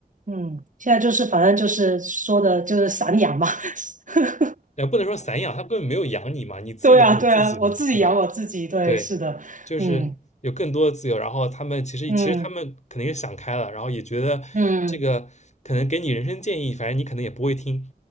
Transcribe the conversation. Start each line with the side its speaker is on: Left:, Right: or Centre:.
Right: 嗯，现在就是反正就是说的就是散养嘛。<laughs>
Left: 也不能说散养，他根本没有养你嘛，你自己养你自己嘛，
Right: 对啊，对啊，我自己养我自己，
Left: 对吧？
Right: 对，
Left: 对，
Right: 是的，
Left: 就是有更多的自由，
Right: 嗯
Left: 然后他们其实其实他们肯定是想开了，
Right: 嗯
Left: 然后也觉得这个可能给你人生建议，
Right: 嗯
Left: 反正你可能也不会听，